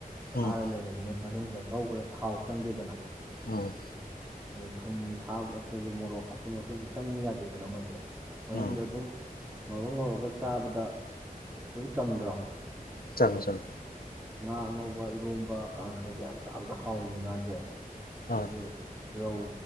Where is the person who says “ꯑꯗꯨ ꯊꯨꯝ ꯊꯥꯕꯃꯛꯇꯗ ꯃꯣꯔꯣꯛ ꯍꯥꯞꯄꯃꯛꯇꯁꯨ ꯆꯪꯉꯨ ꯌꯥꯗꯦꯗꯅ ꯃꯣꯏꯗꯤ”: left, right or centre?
Right